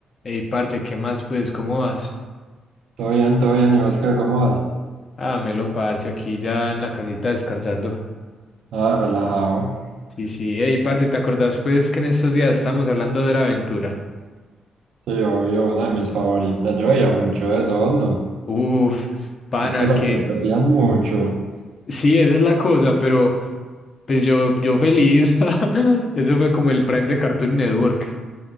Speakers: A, on the left (about 35°); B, on the right (about 75°).
A: Ey, parce, ¿qué más? Pues, ¿cómo vas?
B: Todo bien, todo bien, ¿y vos qué, cómo vas?
A: Ah, melo, parce, aquí ya en la casita descansando.
B: Ah, relajado.
A: Sí, sí, ey, parce, ¿te acordás, pues, que en estos días estamos hablando de la aventura?
B: Sí, obvio, una de mis favoritas. Yo veía mucho eso, ¿vos ¿no?
A: Uf, pana,
B: Es que
A: que...
B: la repetían mucho.
A: Sí, esa es la cosa, pero, pues, yo, yo feliz. <laughs> Eso fue como el Prime de Cartoon Network.